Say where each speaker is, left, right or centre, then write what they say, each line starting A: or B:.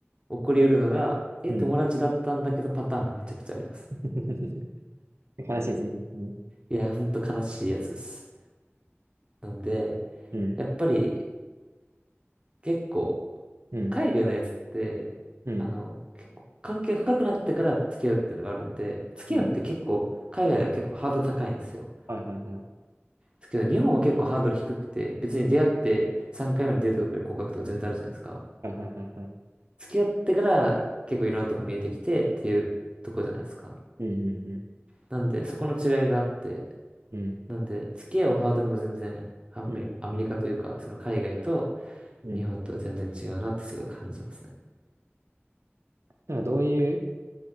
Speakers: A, on the right (about 25°); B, on the right (about 80°).
A: 起こりうるのが、え、
B: うん。
A: 友達だったんだけどパターンがめちゃくちゃあります。
B: <laughs> 悲しいですね。
A: いや、ほんと悲しいやつです。なんで、
B: うん、
A: やっぱり結構、
B: うん、
A: 海外のやつって、
B: うん、
A: あの、結構関係深くなってから付き合うっていうのがあるんで、付き合うって結構、
B: うん。
A: 海外では結構ハードル高いんですよ。
B: はいはいはい。
A: ですけど、日本は結構ハードル低くて、別に出会って3回目のデートとかで告白とか全然あるじゃないですか。
B: はいはいはいはい。
A: 付き合ってから結構いろんなとこ見えてきてっていうとこじゃないですか。
B: うん、うん、うん、
A: なんで、そこの違いがあって、
B: うん、
A: なんで、付き合うハードルも全然アメ、
B: うん、
A: アメリカというか、
B: うん。
A: その海外と
B: うん
A: 日本とは全然違うなってすごい感じますね。
B: なんかどういう